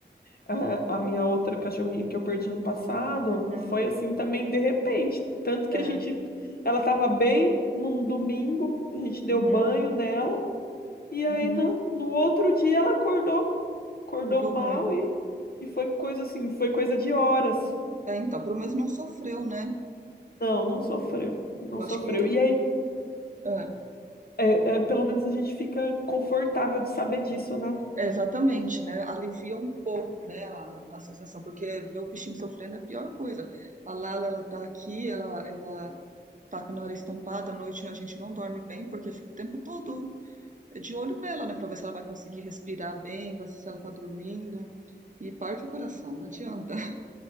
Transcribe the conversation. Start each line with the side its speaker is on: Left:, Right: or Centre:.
Left: a, a minha outra cachorrinha que eu perdi ano passado
Right: uhum,
Left: foi assim também de repente. Tanto que
Right: é,
Left: a gente, ela estava bem num domingo, a gente deu
Right: uhum,
Left: banho nela. E aí,
Right: uhum.
Left: no, no outro dia, ela acordou. Acordou
Right: Acordou
Left: mal
Right: ruim.
Left: e, e foi coisa assim, foi coisa de horas.
Right: É, então, pelo menos não sofreu, né?
Left: Não, não sofreu. Não
Right: Eu
Left: sofreu.
Right: acho que.
Left: E aí,
Right: É,
Left: é, é, pelo menos a gente fica confortável de saber disso, né?
Right: é, exatamente, né? Alivia um pouco, né, a, a sensação, porque ver o bichinho sofrendo é a pior coisa. A Lala, ela tá aqui, ela, ela tá com a hora estampada, à noite a gente não dorme bem, porque fica o tempo todo É de olho nela, né, para ver se ela vai conseguir respirar bem, vai- se ela tá dormindo. E parte o coração, não adianta.